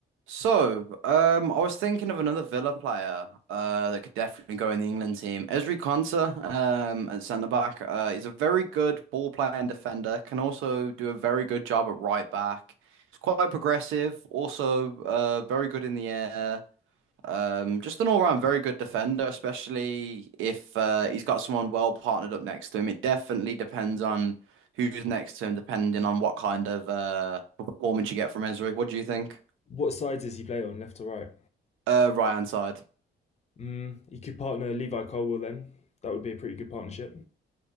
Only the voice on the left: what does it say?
What sides does he play on, left or right?
Mm, he could partner Levi Colwill then. That would be a pretty good partnership.